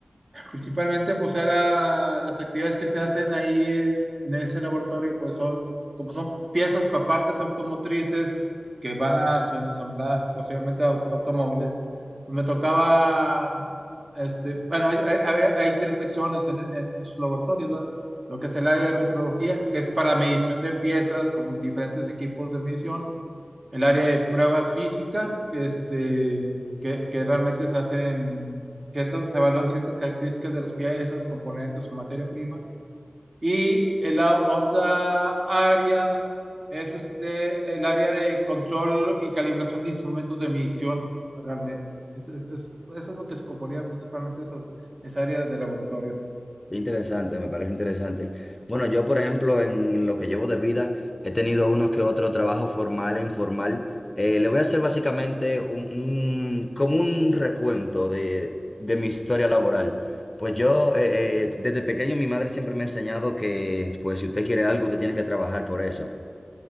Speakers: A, on the right; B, on the left.
A: Principalmente, pues era las actividades que se hacen ahí en, en ese laboratorio, pues son, como son piezas para partes automotrices que van a su ensambladas posiblemente au- automóviles. pues, Me tocaban este, bueno, hay, hay- hay- hay tres secciones en, en- en sus laboratorios, ¿verdad? Lo que es el área de metrología, que es para medición de piezas con diferentes equipos de medición el área de pruebas físicas, que, este, que, que realmente se hacen ciertas, se evalúan ciertas características de los piezas, componentes o materia prima. Y en la otra área es este, el área de control y calibración de instrumentos de medición, realmente. Es, es- es- eso es lo que se componía principalmente esas, esa área de laboratorio,
B: Interesante, me parece interesante. Bueno, yo, por ejemplo, en lo que llevo de vida, he tenido uno que otro trabajo formal e informal. Eh, le voy a hacer básicamente un, un- como un recuento de, de mi historia laboral. Pues yo, eh, eh, desde pequeño, mi madre siempre me ha enseñado que, pues, si usted quiere algo, usted tiene que trabajar por eso.